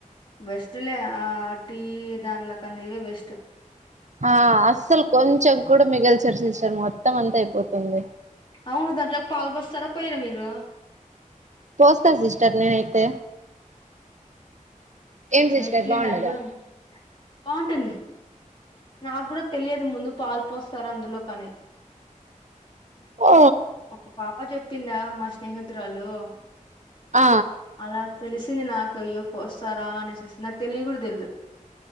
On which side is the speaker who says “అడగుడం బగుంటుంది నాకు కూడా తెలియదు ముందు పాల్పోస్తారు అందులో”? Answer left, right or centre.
Left